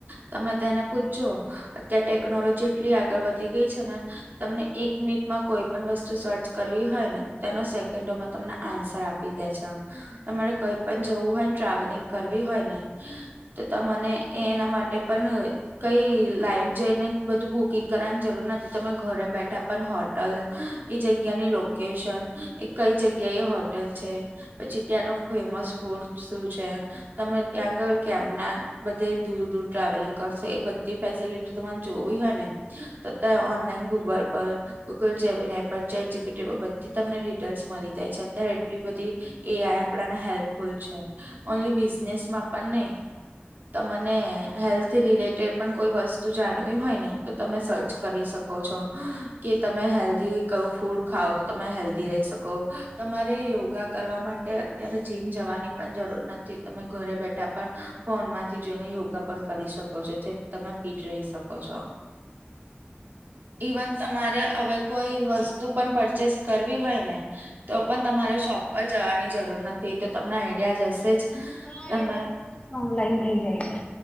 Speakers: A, on the right; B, on the left.
A: તમે તેને પૂછજો અત્યારે ટેકનોલોજી એટલી આગળ વધી ગઈ છે ને તમને એક મિનિટમાં કોઈ વસ્તુ સર્ચ કરવી હોય ને તેનો સેકન્ડોમાં તમને આન્સર આપી દે છે. તમારે કઈ પણ જવું હોય ને ટ્રાવેલિંગ કરવી હોય ને તો તને એના માટે પણ કઈ લાઈવ જઈને બધું બુકિંગ કરવાની જરૂર નથી તમે ઘરે બેઠા પણ હોટલ એ જગ્યાની લો કેશન એ કઈ જગ્યા એ હોટેલ છે. પછી ત્યાંનો ફેમસ ફૂડ શું છે? તમે ત્યાં આગળ કેમના બધે દૂર દૂર ટ્રાવેલિંગ કરશો એ બધી ફેસિલિટી તમારે જોવી હોય ને તો ઓનલાઈન ગુગલ પર ગૂગલ છે એપલ છે જીપીટી બધી તમને ડિટેલ્સ મળી જાય છે અત્યારે એટલી બધી એ આઈ આપણાને હેલ્પફુલ છે ઓનલી બિઝનેસમાં પણ નહી. તો મને હેલ્થ રિલેટેડ પણ કોઈ વસ્તુ જાણવી હોય ને તો તમે સર્ચ કરી શકો છો. કે તમે હેલ્ધી કયું ફૂડ ખાઓ તો તમે હેલ્ધ રહી શકો તમારે યોગા કરવા માટે અત્યારે જીમ જવાની પણ જરૂર નથી તમે ઘરે બેઠા પણ ફોન માંથી જોઈને યોગ યોગા પણ કરી શકો છો જેથી તમે ફિટ રહી શકો છો. ઈવન તમારે હવે કોઈ વસ્તુ પણ પરચેસ કરવી હોય ને તો પણ તમારે શોપ પર જવાની જરૂર નથી તો તમને આઈડિયા જ હશે જ
B: હા
A: તમે
B: એ તો ઓનલાઈન થઈ જાય છે.